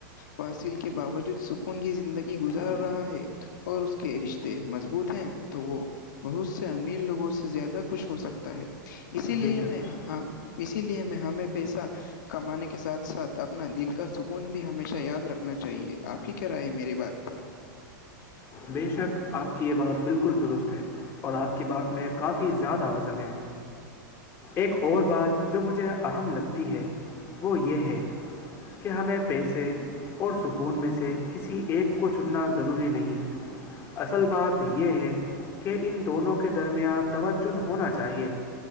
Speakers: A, on the left; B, on the left.
A: واصل کے باوجود سکون کی زندگی گزار
B: جی
A: رہا ہے اور اس کے رشتے مضبوط ہیں تو وہ بہت سے امیر لوگوں سے زیادہ خوش ہو سکتا ہے اسی
B: بے
A: لیے
B: شک
A: میں اسی لیے میں ہمیں پیسہ کمانے کے ساتھ ساتھ اپنا دل کا سکون بھی ہمیشہ یاد رکھنا چاہیے آپ کی کیا رائے میری بھائی پر
B: بے شک آپ کی یہ بات بالکل درست ہے اور آپ کی بات میں کافی زیادہ وزن ہے ایک اور بات جو مجھے اہم لگتی ہے وہ یہ ہے کہ ہمیں پیسے اور سکون میں سے کسی ایک کو چننا ضروری نہیں اصل بات یہ ہے کہ ان دونوں کے درمیان توجن ہونا چاہیے